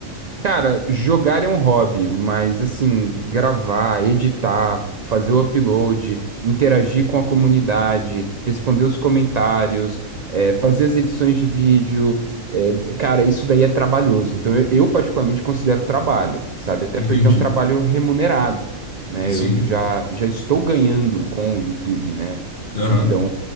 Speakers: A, on the right; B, on the left.
A: Cara, jogar é um hobby, mas assim, gravar, editar, fazer o upload, interagir com a comunidade, responder os comentários, eh, fazer as edições de vídeo, eh, cara, isso daí é trabalhoso. Então eu, eu particularmente considero trabalho, sabe? Até
B: Entendi.
A: porque é um trabalho remunerado, né?
B: Sim.
A: Eu já, já estou ganhando com o YouTube, né?
B: Aham.
A: Então,